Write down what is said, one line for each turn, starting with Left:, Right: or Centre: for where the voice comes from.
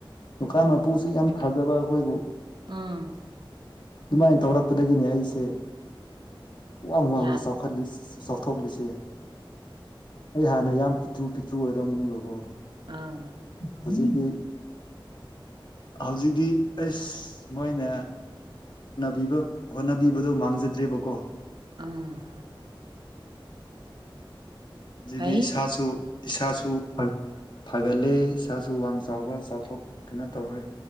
Left: ꯗꯨꯀꯥꯟ ꯃꯄꯨꯁꯤ ꯌꯥꯝ ꯊꯥꯖꯕ ꯑꯩꯈꯣꯏꯕꯨ
Right: ꯑꯝ
Left: ꯑꯗꯨꯃꯥꯏꯅ ꯇꯧꯔꯛꯄꯗꯒꯤꯅꯦ ꯑꯩꯁꯦ ꯋꯥꯡ ꯋꯥꯡꯅ
Right: ꯌꯥꯗꯦ
Left: ꯆꯥꯎꯈꯠꯂꯤ ꯆꯥꯎꯊꯣꯛꯂꯤꯁꯦ ꯑꯩ ꯍꯥꯟꯅ ꯌꯥꯝ ꯄꯤꯛꯇ꯭ꯔꯨ ꯄꯤꯛꯇ꯭ꯔꯨ ꯑꯣꯏꯔꯝꯕꯅꯦꯕꯀꯣ
Right: ꯑꯥ
Left: ꯍꯧꯖꯤꯛꯇꯤ ꯍꯧꯖꯤꯛꯇꯤ ꯑꯩꯁ ꯃꯣꯏꯅ ꯅꯕꯤꯕ ꯍꯣꯠꯅꯕꯤꯕꯗꯣ ꯃꯥꯡꯖꯗ꯭ꯔꯦꯕꯀꯣ
Right: ꯑꯝ
Left: ꯍꯧꯖꯤꯛꯗꯤ
Right: ꯐꯩ
Left: ꯏꯁꯥꯁꯨ ꯏꯁꯥꯁꯨ ꯐꯒꯠꯂꯦ ꯏꯁꯥꯁꯨ ꯋꯥꯡ ꯆꯥꯎꯕ ꯆꯥꯎꯊꯣꯛ ꯀꯩꯅꯣ ꯇꯧꯔꯦ